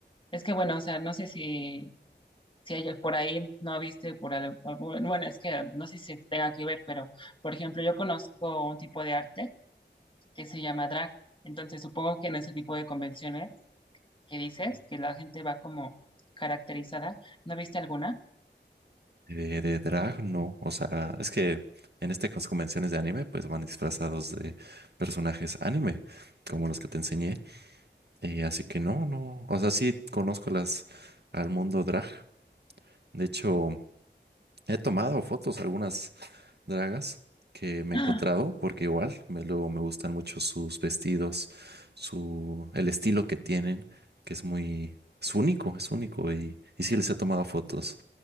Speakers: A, on the left; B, on the right.
A: es que bueno, o sea, no sé si, si ella por ahí no viste por al- algún- bueno, bueno, es que no sé si tenga que ver, pero por ejemplo, yo conozco un tipo de arte que se llama drag, entonces supongo que en ese tipo de convenciones que dices, que la gente va como caracterizada, ¿no viste alguna?
B: De, de drag, no, o sea, es que en este caso convenciones de anime pues van disfrazados de personajes anime, como los que te enseñé. Eh, así que no, no, o sea, sí conozco las al mundo drag. De hecho, he tomado fotos a algunas dragas que me
A: ¡Ah!
B: he encontrado, porque igual me, luego me gustan mucho sus vestidos, su, el estilo que tienen, que es muy, es único, es único. Y, y sí les he tomado fotos.